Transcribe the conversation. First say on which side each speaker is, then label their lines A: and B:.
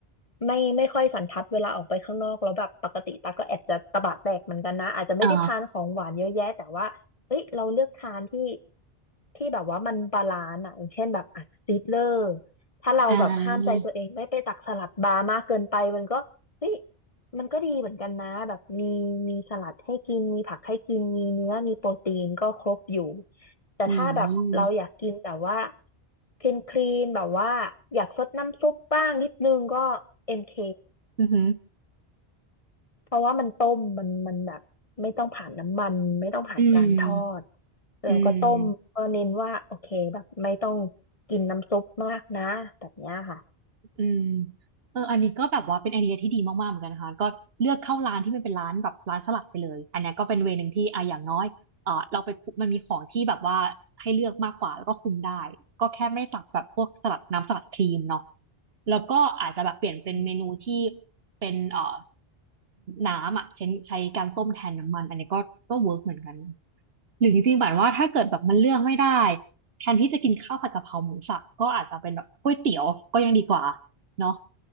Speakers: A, on the left (about 35°); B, on the right (about 70°).
A: ไม่ไม่ค่อยสันทัดเวลาออกไปข้างนอกแล้วแบบปกติตักก็แอบจะตะบะแตกเหมือนกันนะอาจจะไม่ได้ทานของหวานเยอะแยะแต่ว่าเอ้ยเราเลือกทานที่
B: อ๋อ
A: ที่แบบว่ามันบาลานซ์อ่ะอย่างเช่นแบบอ่ะซีดเลอร์ถ้าเราแบบห้ามใจตัวเองไม่ไปตักสลัดบาร์มากเกินไปมันก็เฮ้ย
B: อ่า
A: มันก็ดีเหมือนกันนะแบบมีมีสลัดให้กินมีผักให้กินมีเนื้อมีโปรตีนก็ครบอยู่ แต่ถ้าแบบเราอยากกินแบบว่า
B: อืม
A: คลีนคลีนแบบว่าอยากซดน้ำซุปบ้างนิดนึงก็เอ็มเค
B: อืมอหือ
A: เพราะว่ามันต้มมันมันแบบไม่ต้องผ่านน้ำมันไม่ต้องผ่านการทอด
B: อืม
A: แราก็ต้มก็เน้นว่าโอเคแบบไม่ต้อง
B: อืม
A: กินน้ำซุปมากนะแบบเนี้ยค่ะ
B: อืมเอออันนี้ก็แบบว่าเป็นไอเดียที่ดีมากๆเหมือนกันนะคะก็เลือกเข้าร้านที่มันเป็นร้านแบบร้านสลัดไปเลยอันเนี้ยก็เป็นเวย์หนึ่งที่อ่ะอย่างน้อยเออเราไปคุมันมีของที่แบบว่าให้เลือกมากกว่าแล้วก็คุมได้ ก็แค่ไม่ตักแบบพวกสลัดน้ำสลัดครีมเนาะแล้วก็อาจจะแบบเปลี่ยนเป็นเมนูที่
A: อืม
B: เป็นเอ่อน้ำอ่ะใช้ใช้การต้มแทนน้ำมันอันนี้ก็ก็เวิร์กเหมือนกันหรือจริงๆแบบว่าถ้าเกิดแบบมันเลือกไม่ได้แทนที่จะกินข้าวผัดกะเพราหมูสับก็อาจจะเป็นแบบก๋วยเตี๋ยวก็ยังดีกว่า เนาะ